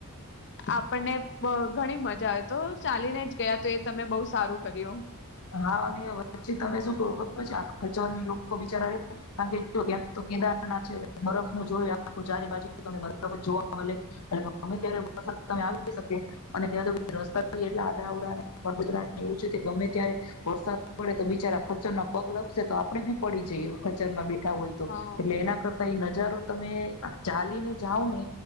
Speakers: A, on the left; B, on the left.
A: આપણને બ ઘણી મજા આવે તો ચાલીને જ ગયા તો એ તમે બહુ સારું કર્યું.
B: હા, અને વચી તમે શું થોડુંક ચાલો ને ખબર આ લોકો બિચાર કારણ કે ત્યાં કેદારના છે બરફ ન જોય આખ ચારે બાજુ બરફ જ જોવા મળે ગમે ત્યારે વરસાદ તમે આવી શકે અને ત્યાં તો રસ્તા એટલા આડા આવડા ને વગરા એવું છે કે ગમે ત્યારે વરસાદ પડે તો બિચારા ખચ્ચર ના પગ લપસે તો આપડે ભી પડી જઈએ ખચ્ચર માં હોય તો
A: હા
B: એટલે એના કરતા એ નજારો તમે ચાલીને જાઓ ને